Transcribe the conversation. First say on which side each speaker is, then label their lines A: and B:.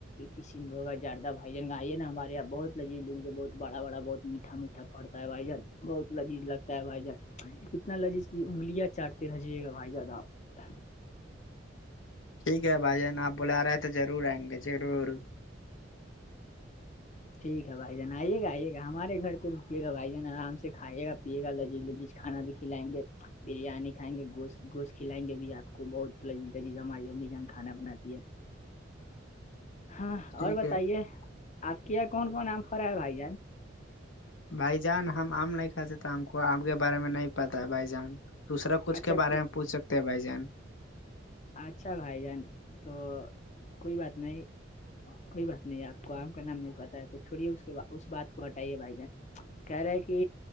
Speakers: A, on the left (about 40°); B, on the left (about 85°).
A: کسیم ب ہوگا جیادہ بائی جن گ آائی نا ہمارے یہ بہت لذز یی بہت بڑا بڑا بہت میٹا میٹا پڑتا ہے بائی جان بہت لذیذ لگتا ہے بھائی جان اتنا لذیذ کی انگلیاں چٹتے رہجیے گا بھائی جان آپ <unintelligible>
B: ٹھیک ہے بھائی جان آپ بلا رہے ہیں تو ضرور آئیں گے ضرور
A: ٹھیک ہے بھائی جان آئیے گا آئیے گا ہمارے گھر پہ رکے گاھائی جان آرام سے کھائی گایے گا لذیذ لذ کھانا بھی کھلائیں گے بریانی کھائیں گے گوشتوشت کھلائیں گے بھی آپ کو بہت للیز ہماری امی جان کھانا بناتی ہے ہاں
B: ٹھیک
A: اور بتائیے
B: ہے
A: آپ کے یہاں کون کون نام پ رہا ہے بھائی جان
B: بھائی جان ہم آم نہیں کھاتے تھ ہم کو آم کے بارے میں نہیں پتا ہے بھائی جان دوسرا کچھ
A: اچھا
B: کے بارے میں پوچھ سکتے ہیں بھائی جان
A: اچھا بھائی جان تو کوئی بات نہیں کوئی بات نہیں آپ کو آم کا نام نہیں پتا ہے تو چھڑیے اس کے اس بات کو ہٹائیے بھائی جن کہہ رہے کہ